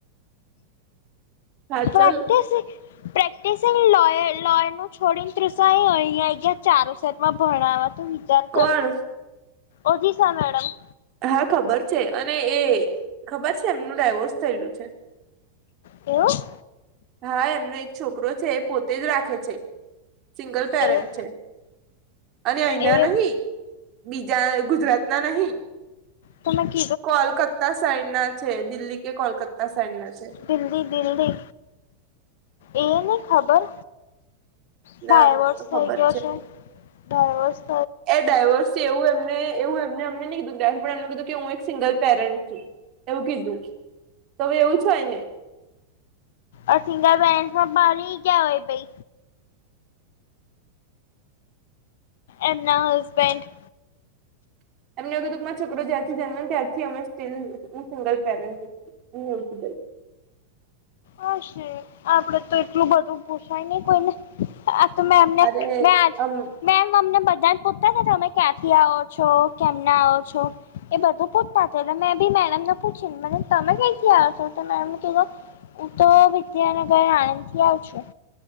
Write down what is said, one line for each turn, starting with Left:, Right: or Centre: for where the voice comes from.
Right: હા
Left: પ્રક્ટ
Right: ચલ
Left: પ્ર લોયર નું છોડીને ત્રસ અહિયાંં ચારો સામાં ભણાવવા. જાર
Right: કોણ
Left: ઓ જીસ મેડમ.
Right: હા ખબર છે અને એ ખબર છે એમનું ડાયવોર્સ થયેલું છે.
Left: હવ.
Right: હા એમનો એક છોકરો છે એ પોતે જ રાખે છે. સિંગલ પેરેન્ટ
Left: એક
Right: છે અને અહીના
Left: એ
Right: નહી. બીજા ગુજરાત ના નહી.
Left: તોમે ક.
Right: કોલકત્તા સાઈડ ના છે દિલ્હી કે કોલકતા સાઈડ ના છે?
Left: દિલ્હી દિલ્હી એ નહી ખબર, ડાય
Right: નામ
Left: વર્ષ
Right: તો
Left: થઇ
Right: ખબર
Left: ગયો છે ડાય વર્ષ.
Right: એ ડાયવોર્સ એવું એમને એવું એમ. એમને અમને નહી કીધું પણ એમને કીધું કે હું એક સિંગલ પેરેન્ટ છું એવું કીધું. તો હવે એવું છ ને.
Left: અ સિંગલ બેન બરી ક્યાવાય પી. એમના હસબન્ડ-
Right: એમને એવું કે મારા છોકરો જ્યારથી જન્મે ત્યારથી અમે સ્ટીલ સિંગલ પેરેન્ટવ
Left: હાશે આપડે તો એટલું બધું પૂછાય નહી કોઈને. આ તો મે એમને
Right: અરે
Left: મે આજ
Right: આમ
Left: <unintelligible> મેમ અમને બધાને પૂછતા છે, તમે ક્યાંથી આવો છો કેમ ના આવો છો. એ બધું પૂછતા હતા એટલે મેં બી મેડમને પૂછીને મેડમ તમે કથી આવ્યો છો મેડમ કીધો. હું તો વિદ્યાનગર આણંદ થી આવ છું.